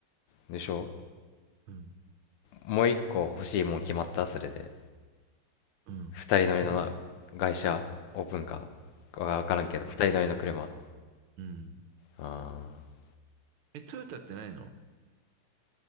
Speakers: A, on the left; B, on the right.
A: でしょ
B: うん。
A: もう一個欲しいもん決まったそれで。
B: うん。
A: 二人乗りの外車オープンカーわからんけど、
B: 決まったの。うん。
A: 二人乗りの車。
B: うん
A: あ
B: え、トヨタってないの